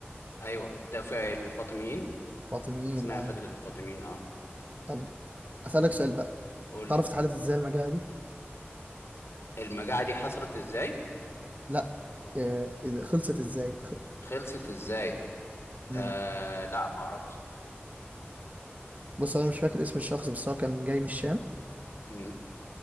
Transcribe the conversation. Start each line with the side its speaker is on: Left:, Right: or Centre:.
Left: ايوه ده في الفاطميين
Right: فاطميين
Left: اثناء
Right: اه
Left: فترة الفاطميين اه
Right: طب اسالك سؤال بقى
Left: قول
Right: تعرف
Left: لي
Right: اتحلت ازاي المجاعه دي
Left: المجاعة دي حصلت ازاي
Right: لا آه، إذا خلصت ازاي خ-
Left: خلصت ازاي
Right: مم.
Left: آه لا ما اعرفش
Right: بص انا مش فاكر اسم الشخص بس هو كان جاي من الشام
Left: امم